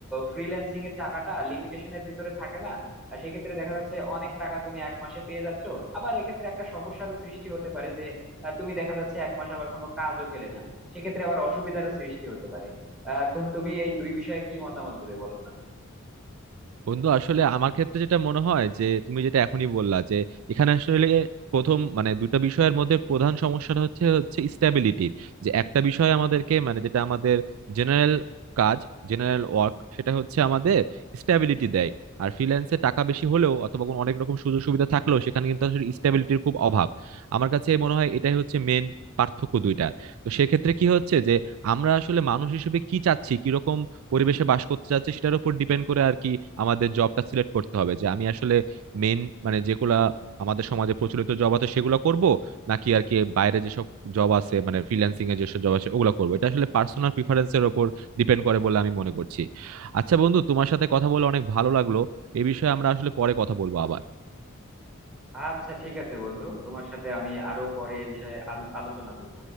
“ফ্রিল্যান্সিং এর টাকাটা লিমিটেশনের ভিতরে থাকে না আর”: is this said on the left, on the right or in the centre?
Centre